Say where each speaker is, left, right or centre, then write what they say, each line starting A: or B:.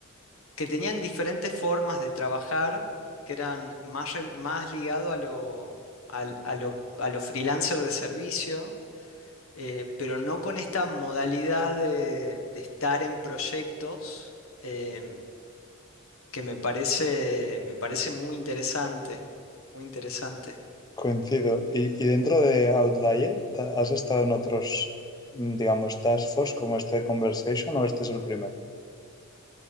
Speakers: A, on the left (about 75°); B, on the left (about 20°).
A: que tenían diferentes formas de trabajar, que eran más, rel- más ligado a lo, al- a lo, a lo freelancer de servicio, eh, pero no con esta modalidad de, de estar en proyectos, em, que me parece, me parece muy interesante, muy interesante.
B: Coincido. Y, y dentro de Outlier, ¿ta- ¿has estado en otros, mm, digamos, task force como este de Conversation o este es el primero?